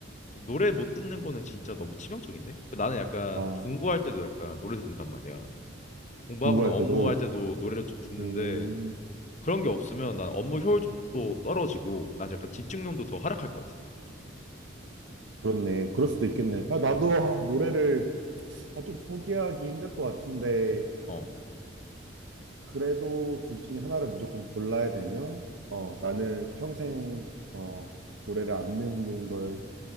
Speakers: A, on the left (about 35°); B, on the right (about 75°).
A: 노래 못 듣는 거는 진짜 너무 치명적인데? 그 나는 약간
B: 아,
A: 공부할 때도 약간 노래 듣는단 말이야. 공부하거나
B: 공부할
A: 업무할
B: 때도,
A: 때도 노래를 좀 듣는데
B: 음.
A: 그런 게 없으면 난 업무 효율도 또 떨어지고 난 약간 집중력도 더 하락할 것 같아.
B: 그렇네. 그럴 수도 있겠네. 아, 나도 아, 노래를 아, 좀 포기하기 힘들 것 같은데,
A: 어.
B: 그래도 둘 중에 하나를 무조건 골라야 되면, 어, 나는 평생, 어, 노래를 안 듣는 걸